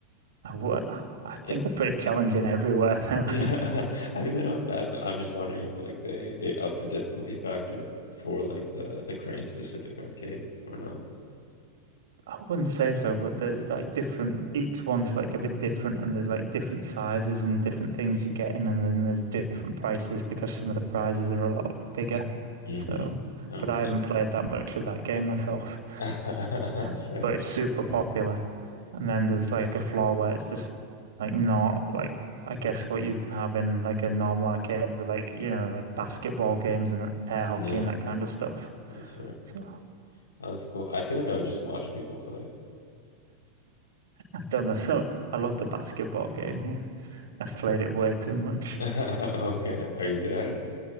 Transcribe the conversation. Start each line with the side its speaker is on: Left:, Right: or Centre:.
Right: I, I think
Left: It,
Right: they're pretty challenging everywhere.
Left: <laughs>
Right: <laughs> They're
Left: I
Right: like
Left: mean they're not bad, but I'm just wondering if like they they up the difficulty factor for like the the crane specific arcade or not.
Right: I wouldn't say so, but there's like different, each one's like a bit different, and there's like different sizes and different things you're getting, and then there's different prices because some of the prizes are a lot bigger.
Left: hmm
Right: So,
Left: That
Right: but
Left: makes
Right: I
Left: sense.
Right: haven't played that much of that game myself,
Left: <laughs>
Right: <laughs>
Left: Fair.
Right: but it's super popular. And then there's like a floor where it's just like not like, I guess what you'd have in like a normal arcade with like, you know, like basketball games and air hockey
Left: Yeah,
Right: and that kind of stuff.
Left: that's fair.
Right: So,
Left: Oh, that's cool. I feel like I would just watch people play.
Right: I don't know. So, I love the basketball game here. I've played it way too much.
Left: <laughs> Okay. Are you good at it?